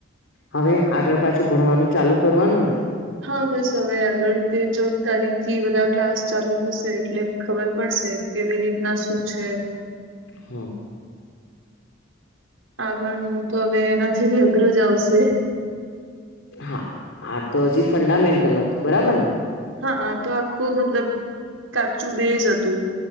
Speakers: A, on the left; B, on the right.
A: હવે આગળ પાછું ભણવાનું ચાલુ કરવાનું ને.
B: હા, બસ. હવે આગળ તે ચૌદ તારીખ થી બધા ક્લાસ ચાલુ થશે એટલે. ખબર પડશે કેવી રીતના શું છે?
A: હમ.
B: આગળનું તો હવે એનાથી બી અઘરું જ આવશે
A: હા આ તો હજી ફંડામેન્ટલ હતું બરાબર ને
B: હા તો આખું મતલબ કાચું બેઝ હતું